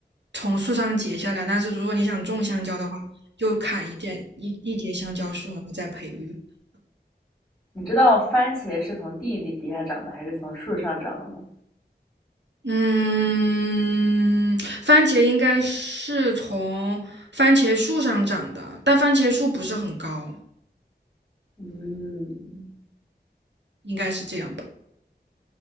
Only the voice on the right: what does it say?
从树上结下来，但是如果你想种香蕉的话，就砍一点一一节香蕉树，然后再培育。
嗯，番茄应该是从番茄树上长的，但番茄树不是很高，
应该是这样吧，